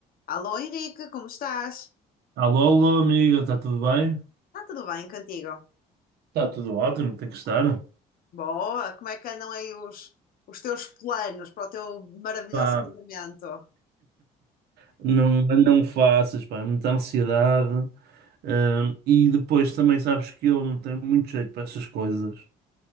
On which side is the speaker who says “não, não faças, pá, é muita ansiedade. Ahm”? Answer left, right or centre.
Right